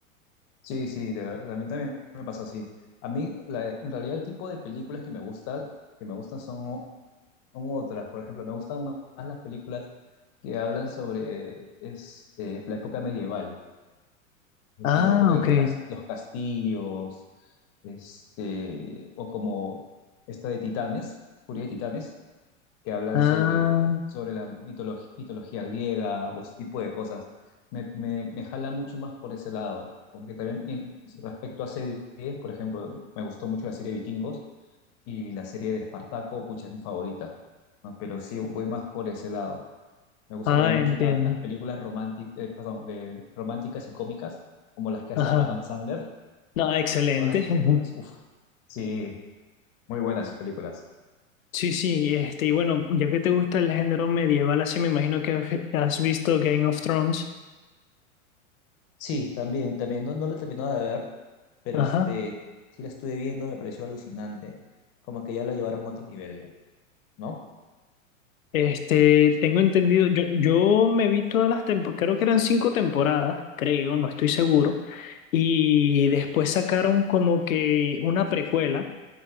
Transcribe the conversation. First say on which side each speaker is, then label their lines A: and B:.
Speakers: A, on the left; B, on the left.
A: Sí, sí, de verdad, a mí también me pasa así. A mí, la- en realidad, el tipo de películas que me gusta, que me gustan son son otras. Por ejemplo, me gustan más más las películas que hablan sobre este, la época medieval, es
B: Ah,
A: decir, la época
B: ok.
A: de cas- los castillos, este, o como esta de Titanes, Furia de Titanes, que hablan
B: Ah,
A: sobre, sobre la mitologi- mitología griega o ese tipo de cosas. Me, me, me jala mucho más por ese lado. Aunque también en- respecto a series, por ejemplo, me gustó mucho la serie Vikingos y la serie de Espartaco, pucha, es mi favorita, ¿no? Pero sí, voy más por ese lado. Me gusta
B: ah,
A: también
B: entiendo.
A: mucho la- las películas románticas, perdón, de, de- románticas y cómicas, como las que hace
B: Ajá.
A: Adam Sandler.
B: No, excelente.
A: Todas las películas,
B: <laughs>
A: uff. Sí, muy buenas sus películas.
B: Sí, sí, este, y bueno, ya que te gusta el género medieval, así me imagino que has has visto Game of Thrones.
A: Sí, también, también, no, no la he terminado de ver, pero
B: Ajá.
A: este, sí la estuve viendo, me pareció alucinante, como que ya la llevaron a otro nivel, ya, ¿no?
B: Este, tengo entendido, yo, yo me vi todas las temporadas, creo que eran cinco temporadas, creo, no estoy seguro, y después sacaron como que una precuela,